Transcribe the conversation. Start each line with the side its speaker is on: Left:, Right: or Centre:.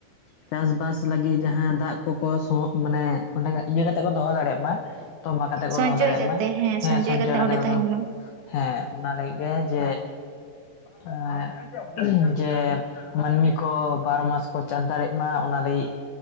Left: ᱪᱟᱥᱵᱟᱥ ᱞᱟᱹᱜᱤᱫ ᱡᱟᱦᱟᱸ ᱫᱟᱜ ᱠᱚᱠᱚ ᱥᱚᱜ ᱢᱟᱱᱮ ᱚᱱᱰᱮ ᱱᱟᱜ ᱤᱭᱟᱹ ᱠᱟᱛᱮ ᱠᱚ ᱫᱚᱦᱚ ᱫᱟᱲᱮᱭᱟᱜ ᱢᱟ ᱛᱚᱵᱟ ᱠᱟᱛᱮ ᱠᱚ
Right: ᱥᱚᱧᱪᱚᱭ
Left: ᱫᱚᱦᱚ ᱫᱟᱲᱮᱭᱟᱜ
Right: ᱠᱟᱛᱮ
Left: ᱢᱟ ᱦᱮᱸ ᱥᱚᱧᱪᱚᱭ ᱠᱟᱛᱮ
Right: ᱚᱸᱰᱮ
Left: ᱠᱚ
Right: ᱛᱟᱦᱮᱱ
Left: ᱫᱚᱦᱚ
Right: ᱢᱟ
Left: ᱦᱮᱸ ᱚᱱᱟ ᱞᱟᱹᱜᱤᱫ ᱦᱮ ᱡᱮ ᱟ ᱡᱮ ᱢᱟᱹᱱᱢᱤ ᱠᱚ ᱵᱟᱨᱚ ᱢᱟᱥ ᱠᱚ ᱪᱟᱥ ᱫᱟᱲᱮᱜ ᱢᱟ ᱚᱱᱟ ᱞᱟᱹᱜᱤᱫ